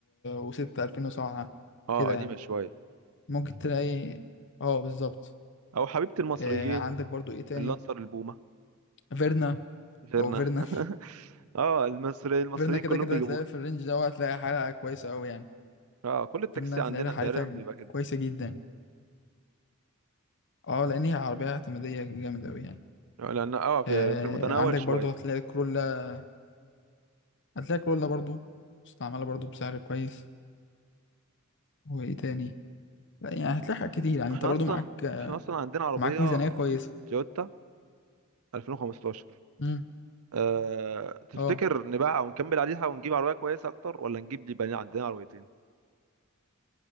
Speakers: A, on the left; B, on the right.
A: و6 2007
B: اه
A: كده
B: قديمه
A: يعني
B: شويه
A: ممكن تلاقي اه بالظبط
B: او حبيبه المصريين
A: آه عندك برضو ايه تاني
B: اللانسر البومه
A: فيرنا
B: غيرنا
A: او فيرنا
B: <laughs> اه المصري
A: <laughs>
B: المصريين
A: فيرنا كده
B: كلهم
A: كده
B: بيجيبوها
A: هتلاقي في الرينج ده هتلاقي حالة كويسة قوي يعني
B: اه كل التاكسي
A: فيرنا هتلاقي
B: عندنا
A: لها حالتها
B: تقريبا بيبقى كده
A: كويسة جدا اه لان هي عربية اعتمادية جامد قوي يعني
B: لان اه في
A: آه
B: في المتناول
A: عندك
B: شويه
A: برضو هتلاقي كرولا هتلاقي كرولا برضو مستعملة برضو بسعر كويس وايه تاني لا يعني هتلاقي حاجات كتير يعني
B: احنا
A: انت برضو
B: اصلا
A: معاك
B: احنا اصلا عندنا عربيه
A: معاك ميزانية كويسة
B: تويوتا 2015
A: امم
B: أه... تفتكر
A: اه
B: نبيعها ونكمل عليها ونجيب عربيه كويسه اكتر ولا نجيب اللي بقى عندنا عربيتين